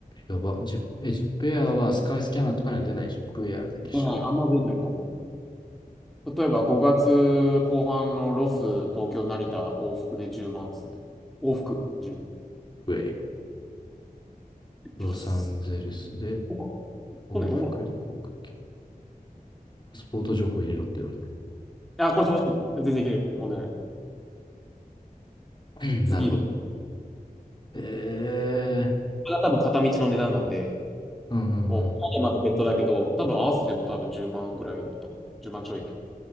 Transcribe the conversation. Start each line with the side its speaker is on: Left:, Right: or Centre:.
Left: やば。ジップ、え、ジップエアはスカイスキャナーとかには出ない。ジップエアだけ調べる。
Centre: 出ない、あんま出ないと思う。例えば5月後半のロス、東京、成田、往復で10万ですね。往復10。
Left: ウェイ。ロサンゼルスで、
Centre: 安っ。ここ
Left: 往復で航空券。
Centre: こね、どう
Left: パスポート情報入れろって言われ
Centre: なのあ、これ飛ばしていい。全然いける。問題ない。
Left: た。<laughs>
Centre: 次で。
Left: なるほど。
Centre: こ
Left: ええ
Centre: れが多分片道の値段なんで、
Left: うんうんうん。
Centre: もう、帰りはまだ別途だけど、多分合わせても多分10万ぐらいだと思う。10万ちょい。